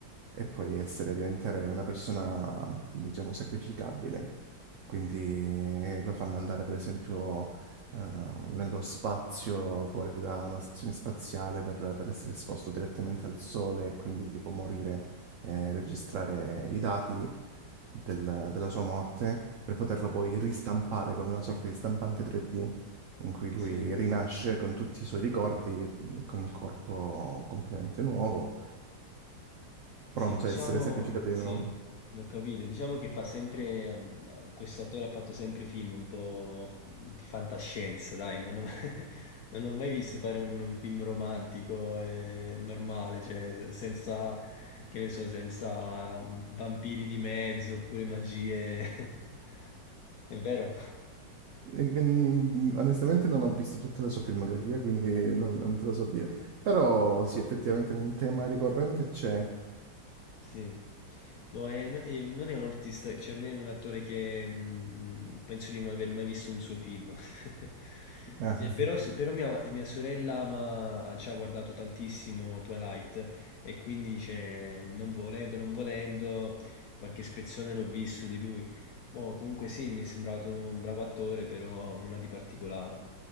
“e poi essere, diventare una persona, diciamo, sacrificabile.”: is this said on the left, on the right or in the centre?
Right